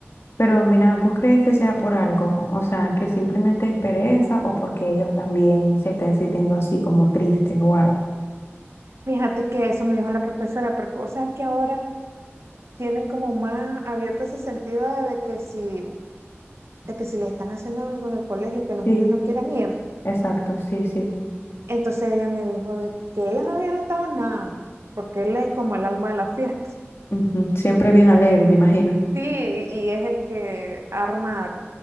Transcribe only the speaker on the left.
Pero mira, ¿vos crees que sea por algo? O sea, que simplemente es pereza o porque ellos también se estén sintiendo así como tristes o algo.
Sí,
exacto, sí, sí.
Ujú, Siempre bien alegre, me imagino.